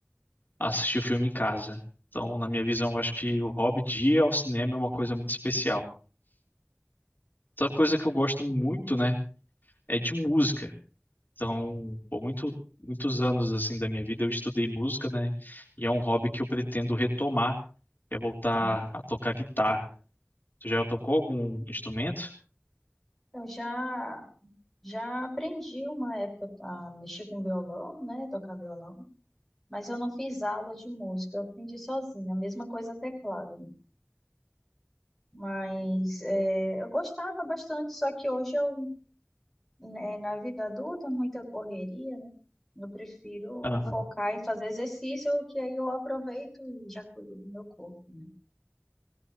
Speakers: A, on the left; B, in the centre.
A: a assistir o filme em casa. Então, na minha visão, eu acho que o hobby de ir ao cinema é uma coisa muito especial. Outra coisa que eu gosto muito, né, é de música. Então, por muito, muitos anos assim da minha vida eu estudei música, né, e é um hobby que eu pretendo retomar quer voltar
B: né?
A: a tocar guitarra. Tu já tocou algum instrumento?
B: Eu já já aprendi uma época a mexer com violão, né? Tocar violão, mas eu não fiz aulas de música, eu aprendi sozinha, a mesma coisa teclado. né? Mas é, eu gostava bastante, só que hoje eu, né, na vida adulta, muita correria, né? Eu prefiro
A: Aham,
B: focar em fazer exercício, que aí eu aproveito e já cuido do meu corpo. né?